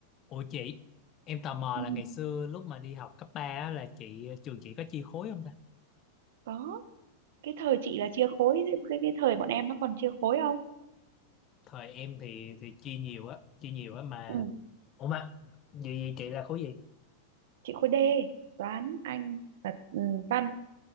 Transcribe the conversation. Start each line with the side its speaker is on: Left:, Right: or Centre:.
Left: Ủa chị, em tò mò
Right: Ừ,
Left: là ngày xưa lúc mà đi học cấp 3 á, là chị trường chị có chia khối không ta?
Right: có cái thời chị là chia khối cái cái thời bọn em nó còn chia khối không
Left: Thời em thì thì chia nhiều á, chia nhiều á mà.
Right: ừ.
Left: Ủa mà vậy chị là khối gì?
Right: chị khối D toán Anh và ừ, văn